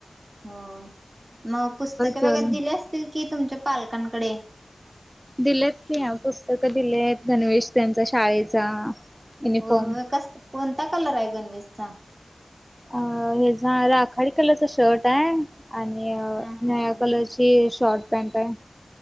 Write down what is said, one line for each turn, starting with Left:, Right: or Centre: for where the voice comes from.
Right: हो मग पुस्तक
Centre: चल
Right: वगैरे दिली असतील कि तुमच्या पालकांकडे
Centre: दिलेत की पुस्तकं दिलेत गणवेश त्यांचा शाळेचा युनिफॉर्म
Right: हो हो कस कोणता कलर आहे गणवेशचा
Centre: अ हे झा राखाडी कलरच शर्ट आहे आणि निळा
Right: हा हा
Centre: कलरची शॉर्ट पॅन्ट आहे